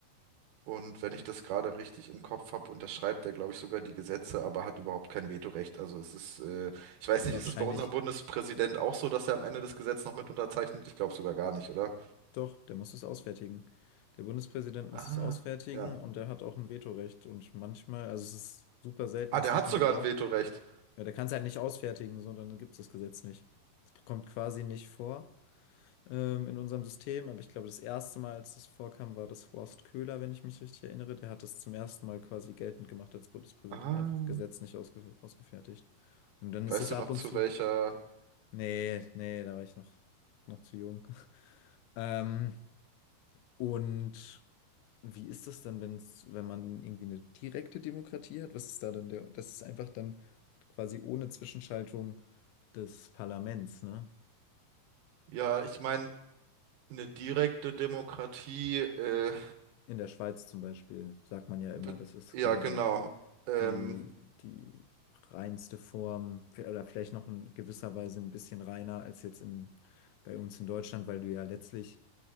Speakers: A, on the right; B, on the left.
A: und wenn ich das gerade richtig im Kopf habe, unterschreibt er, glaube ich, sogar die Gesetze, aber hat überhaupt kein Vetorecht. Also es ist, äh, ich weiß
B: Aber
A: nicht, ist
B: wahrscheinlich,
A: es bei unserem Bundespräsident auch so, dass er am Ende das Gesetz noch mit unterzeichnet? Ich glaube sogar gar nicht, oder?
B: doch, der muss es ausfertigen. Der Bundespräsident muss
A: Ah,
B: es ausfertigen
A: ja.
B: und der hat auch ein Vetorecht. Und manchmal, also es ist super selten,
A: Ah,
B: dass
A: der
B: davon
A: hat sogar
B: Gebrauch.
A: ein Vetorecht.
B: Ja, der kann es halt nicht ausfertigen, so, dann gibt es das Gesetz nicht. Das kommt quasi nicht vor. ähm, in unserem System. Aber ich glaube, das erste Mal, als das vorkam, war das Horst Köhler, wenn ich mich richtig erinnere. Der hat das zum ersten Mal quasi geltend gemacht als Bundespräsident
A: Ah.
B: und einfach ein Gesetz nicht ausge ausgefertigt. Und dann ist
A: Weißt
B: es
A: du
B: ab
A: noch, zu
B: und zu.
A: welcher?
B: Nee, nee, da war ich noch, noch zu jung. <laughs> Ähm, und wie ist das dann, wenn's, wenn man irgendwie eine direkte Demokratie hat? Was ist da dann der? Das ist einfach dann quasi ohne Zwischenschaltung des Parlaments, ne?
A: Ja, ich meine, eine direkte Demokratie, äh,
B: In der Schweiz zum Beispiel sagt man ja immer,
A: be-
B: das ist
A: ja,
B: quasi
A: genau. Ähm,
B: die, die reinste Form oder vielleicht noch in gewisser Weise ein bisschen reiner als jetzt in, bei uns in Deutschland, weil du ja letztlich